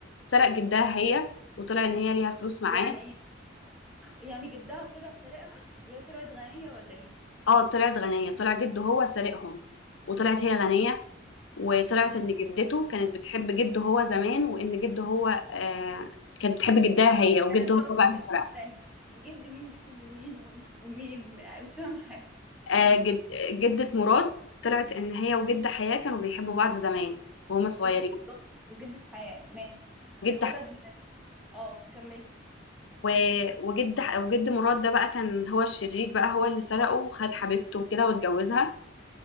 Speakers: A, on the left; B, in the centre.
A: سرق جدها هي وطلع إن هي ليها فلوس معاه
B: يعني ايه يعني جدها طلع سارقها وهي طلعت غنية ولا ايه
A: اه طلعت غنية طلع جده هو سرقهم وطلعت هي غنية وطلعت
B: آه.
A: إن جدته كانت بتحب جده هو زمان وإن جده هو آه كانت بتحب جدها هي وجده
B: انا تهت
A: هو بقى
B: تهت
A: اللي سرقها
B: استني جد مين بيحب مين وم- ومين مش فاهمة حاجة
A: آه، جد جدة مراد طلعت ان هي وجد حياة كانوا بيحبوا بعض زمان وهما صغيرين
B: جدة مرات وجدة حياة ماشي
A: جد
B: الولد
A: ح...
B: من ال... اه كملي
A: و... وجد ح... وجد مراد ده بقى كان هو الشرير بقى هو اللي سرقه وخد حبيبته وكده واتجوزها